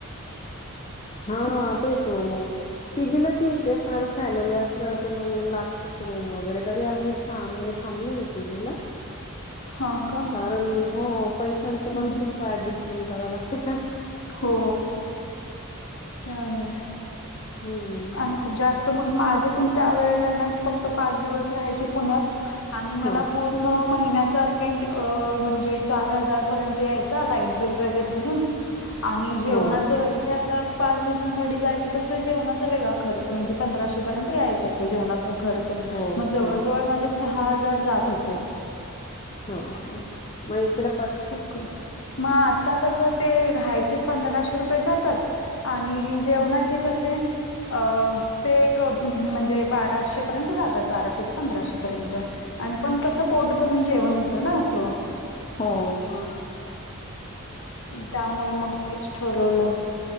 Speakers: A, on the left; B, on the left.
A: हां तेच हो मग पीजीला ठीक आहे. पण आता फॅमिली अस्तमुल्लात. तस रूम वगैरे. तरी आम्ही सहा महिने थांबलेय पी जी ला.
B: हां का.
A: कारण हो पैशांच
B: हम्म
A: पण खूप ऍडजस्टमेंट करावं लागते ना.
B: हो तंर आहेच.
A: हम्म
B: आणि खूप जास्त मग माझे पण त्या वेळेला आहे ना मी फक्त. पाच दिवस राहायचे पुण्यात आणि मला
A: हो
B: पू नऊ महिन्याच्या पेमेंट अ म्हणजे चार हजारपर्यंत यायचा लाईट बिल वगैरे धरून.
A: <unintelligible>
B: आणि जेवणाचं
A: हो
B: वगे आता पाच दिवसांसाठी जायचे तर जेवणा. चलेगा खर्च म्हणे पंदरा सौह पर्यंत यायचा त जेवना कर्ज
A: हो
B: जवळ
A: हो हो
B: जवळ माझे हा हजार जांत होते.
A: हो हो मग इकड.
B: फुक माग आता कसं ते राहायचे पंधराशे रुपये जातात. आणि जेवणाचे कसे अ ते एक म्हणजे बा सराशे पर्यंत जात बाराशे ते पंधराशे पर्यंत आणि पण कसं पोट भरून जेवण होतं ना असं.
A: हो ह
B: त्यामुळे मग तेच ठरवलं.